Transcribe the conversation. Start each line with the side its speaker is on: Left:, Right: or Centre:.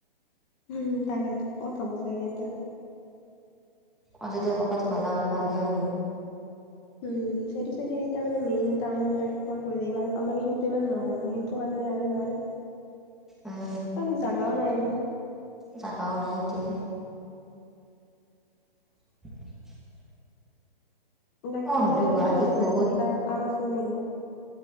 Left: উম তাকেইেতো কত হ'ব চাগে ইয়াতে
Centre: অ যদি কৰবাত হলা হয় ভালেই হয়
Left: উম সেইটো চ মানে মেইন টান টাইপৰ ইমান আমাৰ এইখিনিতো ইমান নহয় সেইটো কাৰণে মনে আৰু নাই
Centre: উম
Left: আৰু জাগাও নাই ন
Centre: জাগাও নাই এতিয়ে <inaudible> হয়
Left: বাকী
Centre: হ'লেও
Left: কলেজত
Centre: গুৱাহাটীত
Left: কিয় গৈছিল
Centre: বহুত
Left: আজি কিবা কাম আছিল নেকি